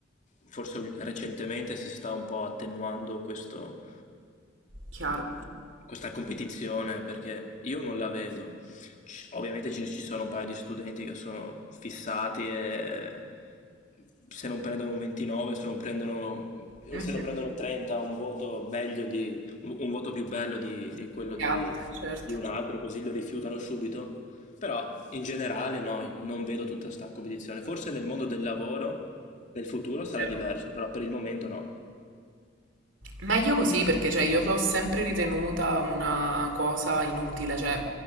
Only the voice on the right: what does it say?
Chiaro.
Mhm.
Gli
altri, certo.
Certo.
Ma io così perché cioè, io l'ho sempre ritenuta una cosa inutile, cioè